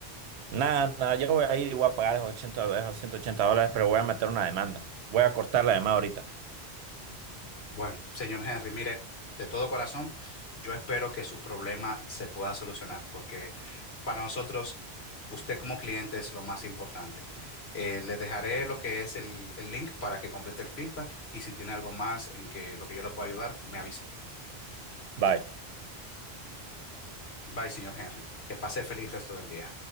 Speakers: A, on the right (about 80°); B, on the left (about 75°).
A: Nada, nada, yo voy a ir y voy a pagar esos 80, esos 180 dólares, pero voy a meter una demanda. Voy a cortar la demanda ahorita.
B: Bueno, señor Henry, mire, de todo corazón, yo espero que su problema se pueda solucionar, porque para nosotros, usted como cliente es lo más importante. Eh, le dejaré lo que es el, el link para que complete el feedback y si tiene algo más en que lo que yo le pueda ayudar, me avisa.
A: Bye.
B: Bye, señor Henry. Que pase feliz resto del día.